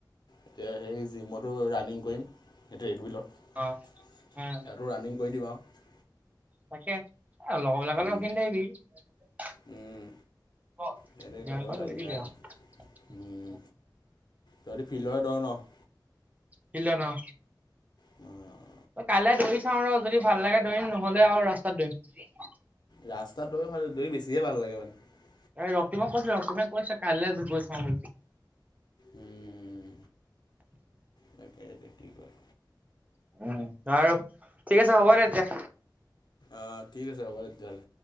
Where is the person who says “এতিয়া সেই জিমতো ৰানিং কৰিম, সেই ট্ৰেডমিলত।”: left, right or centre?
Left